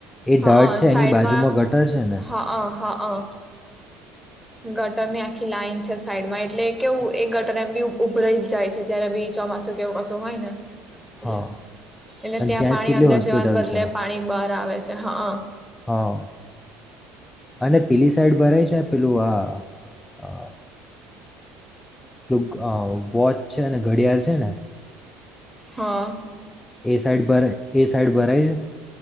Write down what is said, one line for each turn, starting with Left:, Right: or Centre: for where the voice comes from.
Left: એ
Centre: હા
Left: ઢાળ છે
Centre: સાઈડમાં
Left: એની બાજુમાં ગટર છે ને
Centre: હા અ હા અ ગટર ની આ લાઈન છે સાઈડમાં એટલે કેવું એ ગટર એમ બી ઉભરાઈ જ જાય છે જયારે બી ચોમાસું કેવું કશું હોય ને એટલે,
Left: હા
Centre: એટલે
Left: અને
Centre: ત્યાં પાણી
Left: જ કેટલી
Centre: અંદર
Left: હોસ્પિટલ
Centre: જવાને બદલે
Left: છે
Centre: પાણી બાર આવે છે હા
Left: હા અને પેલી સાઈડ ભરાય છે પેલું આ <unintelligible> <unintelligible> વોચ છે અને ઘડિયાળ છેને
Centre: હા
Left: <inaudible> એ સાઈડ ભરાય એ સાઈડ ભરાય